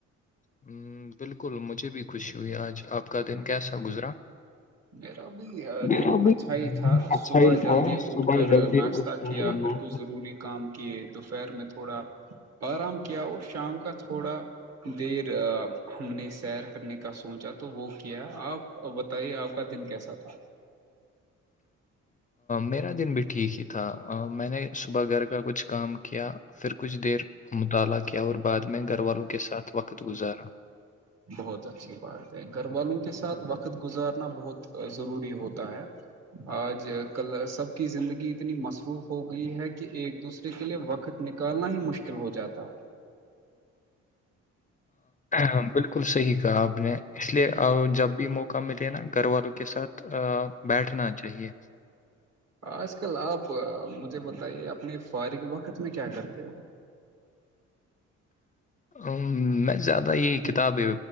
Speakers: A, on the left; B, on the right.
A: ہ بالکل مجھے بھی خوشی ہوئی آج آپ کا دن کیسا گزرا
B: میرا بھی
A: میرا
B: دن
A: بھی
B: اچھا ہی تھا صبح
A: اچھا ہی
B: جلدی
A: تھا صبح
B: اٹھ کر
A: جلدی
B: ناچ
A: اٹھ
B: صہ
A: کر
B: کیا
A: میں
B: پھر کچھ ضروری کام کیے تو پر میں تھوڑا آرام کیا اور شام کا تھوڑا دیر ہم نے سیر کرنے کا سوچا تو وہ کیا آپ بتائیے آپ دن کیسا تھا
A: میرا دن بھی ٹھیک ہی تھا میں نے صبح گھر کا کچھ کام کیا پھر کچھ دیر مطالعہ کیا اور بعد میں گھر والوں کے ساتھ وقت گزارا
B: بہت اچھی بات ہے گھر والوں کے ساتھ وقت گزارنا بہت ضروری ہوتا ہے آج کل سب کی زندگی اتنی مصروف ہو گئی ہے کہ ایک دوسرے کے لیے وقت نکالنا ہی مشکل ہو جاتا ہے
A: ہ بالکل صحیح کہا آپ نے اس لیے جب بھی موقع ملے نا گھر والوں کے ساتھ ا بیٹھنا چاہیے
B: آج کل آپ مجھے بتائیے اپنے فارغ وقت میں کیا کرتے ہو <inaudible>
A: ا میں زیادہ یہ کتاب ہے